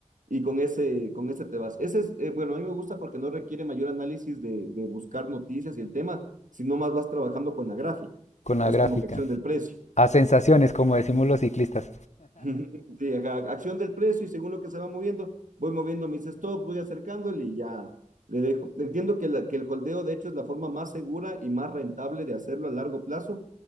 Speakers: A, on the right (about 85°); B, on the left (about 65°).
A: y con ese, con ese te vas. Ese es, eh, bueno, a mí me gusta porque no requiere mayor análisis de, de buscar noticias y el tema, sino más vas trabajando con la gráfica.
B: con la
A: Es
B: gráfica.
A: como que acción del precio.
B: A sensaciones, como decimos los ciclistas.
A: <laughs> Sí, ajá, acción del precio y según lo que se va moviendo, voy moviendo mis stops, voy acercándole y ya le dejo. Entiendo que, la- que el holdeo, de hecho, es la forma más segura y más rentable de hacerlo a largo plazo,